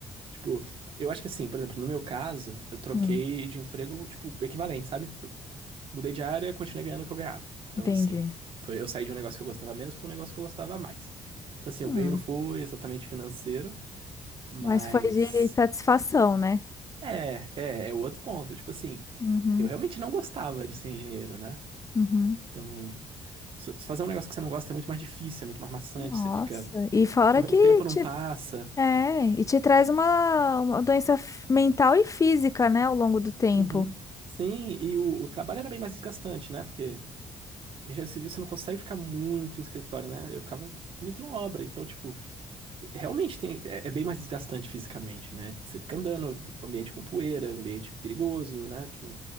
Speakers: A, on the right (about 55°); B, on the left (about 30°).
A: Tipo, eu acho que assim, por exemplo, no meu caso, eu troquei
B: Hum,
A: de emprego, tipo, equivalente, sabe? mudei de área, continuei ganhando o que eu ganhava. Então,
B: entendi.
A: assim, foi, eu saí de um negócio que eu gostava menos para um negócio que eu gostava mais. Então, assim,
B: Hum,
A: o ganho não foi exatamente financeiro, mas.
B: mas foi de satisfação, né?
A: É, é, é o outro ponto. Tipo assim,
B: Uhum,
A: eu realmente não gostava de ser engenheiro, né?
B: uhum.
A: Então, se- se fazer um negócio que você não gosta é muito mais difícil, é muito mais maçante,
B: Nossa,
A: você fica.
B: e fora
A: O,
B: que
A: o tempo não
B: te,
A: passa.
B: é, e te traz uma, uma doença f- mental e física, né, ao longo do tempo.
A: Uhum. Sim, e o, o trabalho era bem mais desgastante, né? Porque engenheiro civil você não consegue ficar muito em escritório, né? Eu ficava muito na obra, então, tipo, Realmente tem, é, é bem mais desgastante fisicamente, né? Você fica andando, ambiente com poeira, ambiente perigoso, né? Que